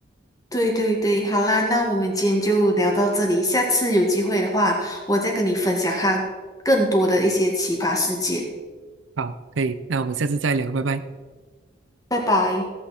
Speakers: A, on the left; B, on the right.
A: 对对对，好啦，那我们今天就聊到这里，下次有机会的话，我再跟你分享他更多的一些奇葩事件。
B: 好，可以，那我们下次再聊，拜拜。
A: 拜拜。